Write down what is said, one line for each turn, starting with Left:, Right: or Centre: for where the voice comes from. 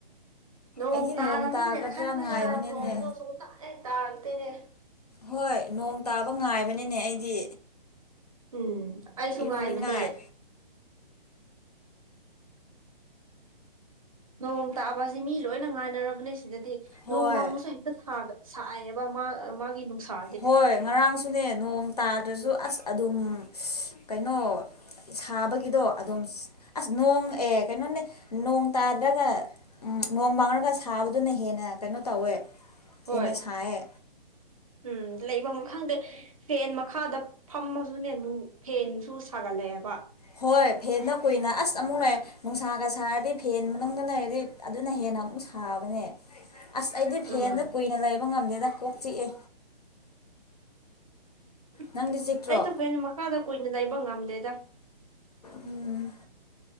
Right: ꯅꯣꯡ
Left: ꯑꯩꯗꯤ
Right: ꯇꯥꯔꯅꯤꯅ
Left: ꯇꯥꯒꯗ꯭ꯔꯥ
Right: ꯈꯟ ꯈꯜꯂꯒ
Left: ꯉꯥꯏꯕꯅꯤꯅꯦ
Right: ꯅꯣꯡꯗꯣ ꯁꯨꯛ ꯇꯥ ꯍꯦꯛ ꯇꯥꯔꯛꯇꯦꯅꯦ
Left: ꯍꯣꯏ ꯅꯣꯡ ꯇꯥꯕ ꯉꯥꯏꯕꯅꯤꯅꯦ ꯑꯩꯗꯤ
Right: ꯎꯝ ꯑꯩꯁꯨ
Left: ꯏꯔꯨꯅꯤꯡꯉꯥꯏ
Right: ꯉꯥꯏꯕꯅꯦ ꯅꯣꯡ ꯇꯥꯕꯁꯤ ꯃꯤ ꯂꯣꯏꯅ ꯉꯥꯏꯅꯔꯕꯅꯦ ꯁꯤꯗꯗꯤ
Left: ꯍꯣꯏ
Right: ꯅꯣꯡꯃꯪꯉꯁꯨ ꯍꯦꯛꯇ ꯁꯥꯒ ꯁꯥꯏꯌꯦꯕ ꯃꯥ ꯃꯥꯒꯤ ꯅꯨꯡꯁꯥ
Left: ꯍꯣꯏ ꯉꯔꯥꯡꯁꯨꯅꯦ ꯅꯣꯡ ꯇꯥꯗ꯭ꯔꯁꯨ ꯑꯁ ꯑꯗꯨꯝ ꯀꯩꯅꯣ ꯁꯥꯕꯒꯤꯗꯣ ꯑꯗꯣꯝ ꯑꯁ ꯅꯣꯡ ꯑꯦ ꯀꯩꯅꯣꯅꯦ ꯅꯣꯡ ꯇꯥꯗ꯭ꯔꯒ ꯅꯣꯡ ꯃꯪꯔꯒ ꯁꯥꯕꯗꯨꯅ ꯍꯦꯟꯅ ꯀꯩꯅꯣ ꯇꯧꯋꯦ
Right: ꯍꯣꯏ
Left: ꯍꯦꯟꯅ ꯁꯥꯏꯌꯦ
Right: ꯎꯝ ꯂꯩꯕꯝ ꯈꯪꯗꯦ꯫ ꯐꯦꯟ ꯃꯈꯥꯗ ꯐꯝꯃꯁꯨꯅꯦꯅꯨꯡ ꯐꯦꯟꯁꯨ ꯁꯥꯒꯠꯂꯛꯑꯦꯕ꯫
Left: ꯍꯣꯏ ꯐꯦꯟꯗ ꯀꯨꯏꯅ ꯑꯁ ꯑꯃꯨꯛ ꯂꯩꯌꯦ ꯅꯨꯡꯁꯥꯒ ꯁꯥꯔꯗꯤ ꯐꯦꯟ ꯃꯅꯨꯡꯗ ꯂꯩꯔꯗꯤ ꯑꯗꯨꯅ ꯍꯦꯟꯅ ꯑꯃꯨꯛ ꯁꯥꯕꯅꯦ ꯑꯁ ꯑꯩꯗꯤ
Right: ꯎꯝ
Left: ꯐꯦꯟꯗ ꯀꯨꯏꯅ ꯂꯩꯕ ꯉꯝꯗꯦꯗ ꯀꯣꯛ ꯆꯤꯛꯑꯦ꯫
Right: ꯎ
Left: ꯅꯪꯗꯤ ꯆꯤꯛꯇ꯭ꯔꯣ
Right: ꯑꯩꯆꯨ ꯐꯦꯟ ꯃꯈꯥꯗ ꯀꯨꯏꯅ ꯂꯩꯕ ꯉꯝꯗꯦꯗ꯫
Left: ꯎꯝ꯫